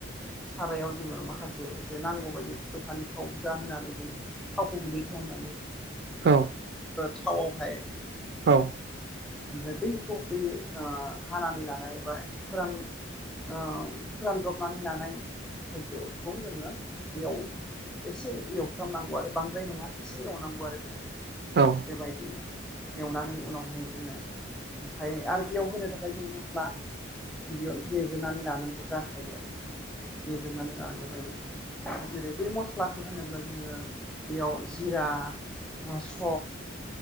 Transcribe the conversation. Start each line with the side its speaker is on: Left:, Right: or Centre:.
Centre: सारायाव जोङो माखासे एसे नांगौ बायदि दखाननि थाव जा होनानै जोङो, थावखौ गुदै खालामनानै,
Right: औ
Centre: थावावहाय
Right: औ
Centre: ओमफ्राय बैखौ बै ओ हानानै लानाय बा फोरान ओ फोरानद्रबनानै लानाय थाइजौ खौ जोङो बेयाव एसे एवफ्रामनांगौ आरो बांद्राय नङा एसे एवनांगौ आरो जोङो
Right: औ
Centre: बेबायदिनो एवनानै उनावहाय जोङो ओमफ्राय आरो बेयाव होनो थाखाय जों मस्ला गिबियावनो देगोनानै लानांगौ जाखायो आरो देगोनानै लानांगौ जायो जेरै बै मस्लाखौ होनोब्ला जोङो बेयाव जिरा स'